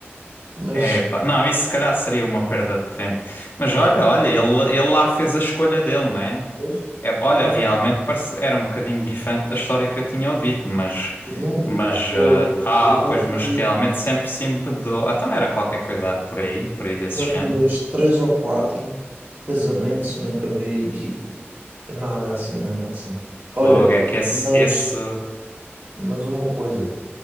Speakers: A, on the right; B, on the left.
A: Mas
B: Epá, não, isso se calhar seria uma perda de tempo. Mas olha, olha, ele, ele lá fez a escolha dele, né?
A: pois,
B: É, olha,
A: ah,
B: realmente parece, era um bocadinho diferente da história que eu tinha ouvido, mas.
A: eu não,
B: Mas.
A: eu
B: eh, ah,
A: eu já
B: pois, mas
A: fui,
B: realmente sempre se embedou. Ah, Então era qualquer coisa por aí, por aí desse
A: já
B: género.
A: fui aos três ou quatro casamentos e nunca vi <laughs> nada assim, nada assim. Olha,
B: Fogo, é que esse.
A: mas,
B: Esse.
A: mas uma coisa.